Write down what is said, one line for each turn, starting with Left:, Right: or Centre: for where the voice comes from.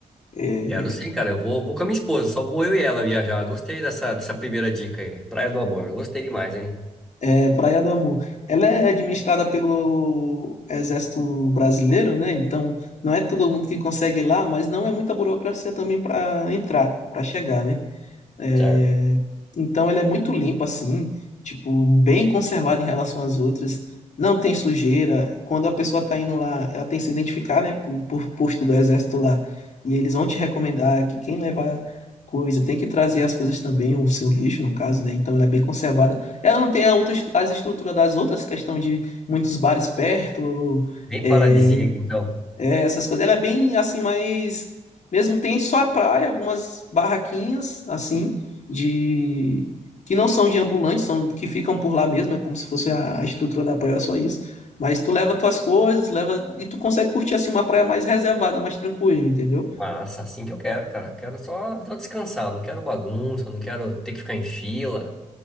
Left: É,
Centre: quero sim, cara. Eu vou, vou com a minha esposa, só vou eu e ela viajar. Gostei dessa, dessa primeira dica aí. Praia do Amor, gostei demais, hein?
Left: É, Praia do Amor. Ela é administrada pelo Exército Brasileiro, né? Então, não é todo mundo que consegue ir lá, mas não é muita burocracia também para entrar, para chegar, né? É,
Centre: Certo.
Left: Então ela é muito limpa assim, tipo, bem conservada em relação às outras. Não tem sujeira. Quando a pessoa tá indo lá, ela tem que se identificar, né, por, por posto do exército lá. E eles vão te recomendar que quem levar coisa tem que trazer as coisas também, o seu lixo, no caso, né? Então ela é bem conservada. Ela não tem a outra, estru- as estruturas das outras, questão de muitos bares perto,
Centre: Bem
Left: é,
Centre: paradisíaco, então.
Left: é, essas coisas. Ela é bem assim, mas mesmo tem só a praia, algumas barraquinhas assim de que não são de ambulantes, são que ficam por lá mesmo, é como se fosse a a estrutura da praia, era só isso. Mas tu leva tuas coisas, leva e tu consegue curtir assim uma praia mais reservada, mais tranquila, entendeu?
Centre: Massa, assim que eu quero, cara. Quero só, só descansar, não quero bagunça, não quero ter que ficar em fila.